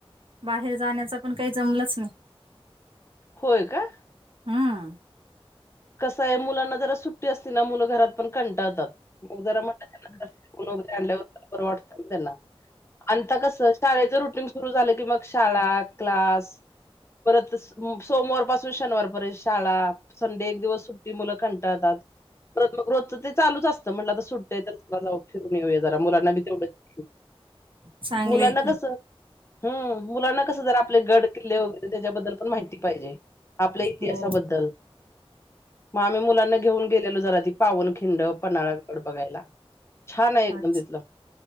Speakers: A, on the right (about 60°); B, on the left (about 25°).
A: बाहेर जाण्याच पण काही जमलंच नाही.
B: होय का!
A: हम्म
B: कस आहे मुलांना सुट्टी असली की मुलं घरात कंटाळात न जरा म्हटलं पोरांचे फिरणं होईल. बाहेर फिरून आल्यावर बरं जरा आणि कसं शाळेच रुटींग सुरू झालं. की मग शाळा क्लास परत सोमवार पासून शनिवार पर्यंत शाळा संडे एक दिवस सुट्टी मुलं खंटाळतात. परत मग रोजच तेच चालूच असतं म्हटलं आता सुट्ट्या आहेत तर फिरून यावं जरा मुलांना बी तेवढंच!
A: चांगलंय
B: मुलांना
A: की
B: कस हम्म मुलांना कसं जर आपले गड किल्ले वगैरे त्याच्याबद्दल पण माहिती पाहिजे. आपल्या इतिहासाबद्दल
A: हो
B: मग आम्ही मुलांना घेऊन गेलेलो. जरा ती पावन खिंड पन्हाळगड बघायला. छान आहे. एकदम
A: अच्छा
B: तिथलं